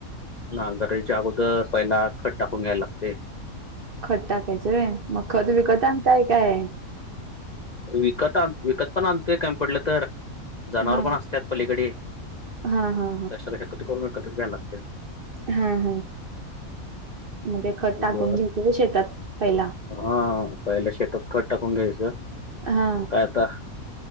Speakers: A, on the left (about 45°); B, on the right (about 50°).
A: नांगरणीच्याच्या अगोदर पहिला खत टाकून घ्यायला लागतंय.
B: खत टाकायचं होय, मग खत विकत आणताय काय
A: विकत आणतोय, विकत पण आणतोय कमी पडलं तर. जनावर
B: हा
A: पण असतात पलीकडे,
B: हा हा
A: तशा करूनच घ्यायला लागते.
B: हां-हां मग ते खत टाकून
A: गोळा
B: घ्यायचं होय शेतात पहिला.
A: हा पहिल्या शेतात खत टाकून घ्यायचं.
B: हा.
A: काय आता.